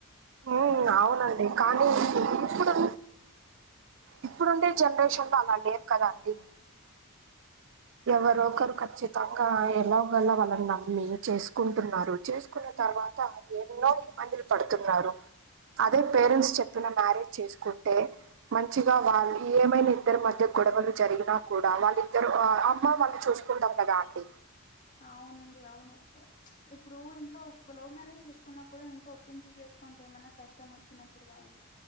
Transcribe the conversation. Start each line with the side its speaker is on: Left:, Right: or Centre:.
Right: ఓ అవునండి కానీ ఇపుడు ఇప్పుడుండే జండ్రేషన్ లో అలా లేరు కదా అండి ఎవరొ ఒకరు ఖచ్చితంగా ఎలాగలా వాళ్ళని నమ్మి చేసుకుంటున్నారు చేస్ కున్న తర్వాత ఎన్నో ఇబ్బందులు పడుతున్నారు అదే పేరెంట్స్ చెప్పిన మ్యారేజ్ చేసుకుంటే మంచిగా వాళ్ళు ఏమైనా ఇద్దరు మధ్య గొడవలు జరిగినా కూడా వాళ్ళ ఇద్దరు అ అమ్మ వాళ్ళు చూసుకుంటారు కదా అండి
Left: అవునండి అవును ఇప్పుడు ఇంట్లో ఒప్పు లవ్ మ్యారేజ్ చేసుకున్నా కూడా ఇంట్లో ఒప్పించి చేసుకుంటే ఏమన్నా క ష్టం వచ్చినప్పుడు గాని